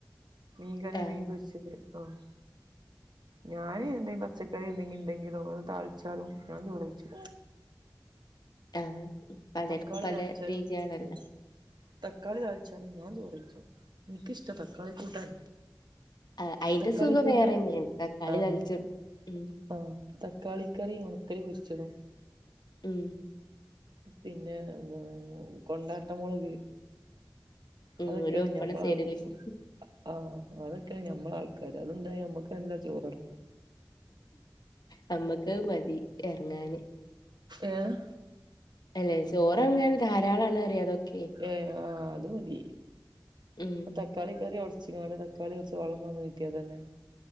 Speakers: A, on the right (about 80°); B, on the left (about 70°).
A: മീൻ കറി
B: ആഹ്.
A: മീൻ പൊരിച്ചത് ആഹ് ഞാന് എന്തെങ്കിലും പച്ചക്കറി എന്തെങ്കില്ണ്ടെങ്കിലും ഒന്ന് താളിച്ചാലും ഞാൻ ചോറ് കയിച്ചും
B: ആഹ് പലർക്കും
A: തക്കാളി
B: പല
A: താളിച്ചാലും
B: രീതിയാണല്ലോ.
A: ഉം തക്കാളി താളിച്ചാലും ഞാൻ ചോറയ്ച്ചോളും എനിക്കിഷ്ടാ തക്കാളിക്കൂട്ടാൻ
B: ആഹ്. അയിന്റെ
A: തക്കാളിക്കൂട്ടാൻ
B: സുഖം വേറെന്നെയാണ്. തക്കാളി
A: ആഹ്
B: താളിച്ചു ഉം.
A: ആഹ് തക്കാളിക്കറി ഉണക്കല് പൊരിച്ചതും
B: ഉം
A: പിന്നെ എന്താണ് കൊണ്ടാട്ടമൊളക്
B: ഉം.
A: അതൊക്കെയാണ്
B: ഒരു പപ്പടം
A: ഞമ്മള്
B: സൈഡിലേക്ക്.
A: - ആഹ് അതൊക്കെയാണ് ഞമ്മളാൾക്കാര് അത്ണ്ടായി നമ്മക്കല്ല ചോറെറ്ങ്ങു
B: നമ്മക്കത് മതി എറങ്ങാന്
A: ഏഹ്
B: അല്ലേ ചോറെറങ്ങാൻ ധാരാളാണറയാ അതൊക്കെ
A: ഏ ആഹ് അത് മതി
B: ഉം
A: തക്കാളക്കറി ഒടച്ച്ങ്ങാണ്ട് തക്കാളി കൊറച്ച് വെള്ളംവാന്ന് കിട്ടിയാ അതന്നെ